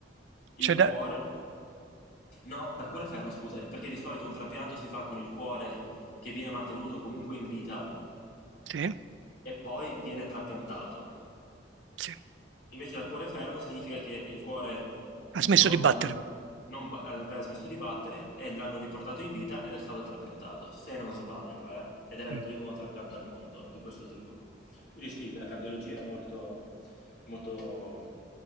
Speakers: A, on the left (about 60°); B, on the right (about 80°).
A: il
B: Cioè da-
A: cuore... No, da cuore fermo, scusa, perché di solito un trapianto si fa con il cuore che viene mantenuto comunque in vita
B: Sì,
A: e poi viene trapiantato.
B: sì.
A: Invece dal cuore fermo significa che il cuore
B: Ha
A: non,
B: smesso di battere.
A: non ba- aveva smesso di battere e l'hanno riportato in vita ed è stato trapiantato, se non sbaglio, eh, ed era il
B: Mm.
A: primo trapianto al mondo di questo tipo. Quindi sì, la cardiologia è molto, è molto,